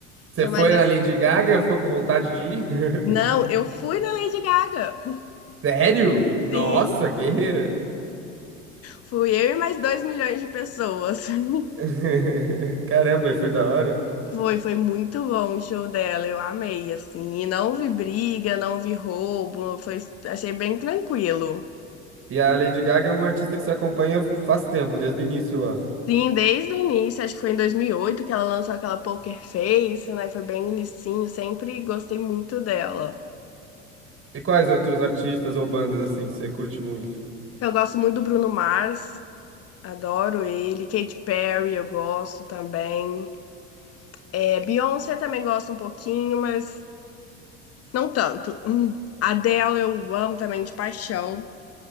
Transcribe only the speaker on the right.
Você
foi
na Lady Gaga, ficou com vontade de ir?
<laughs>
Sério? Nossa,
guerreira.
<laughs> Caramba, e foi da hora.
E a Lady Gaga é uma artista que você acompanha faz tempo, desde o início lá.
E quais outros artistas ou bandas assim que você curte muito?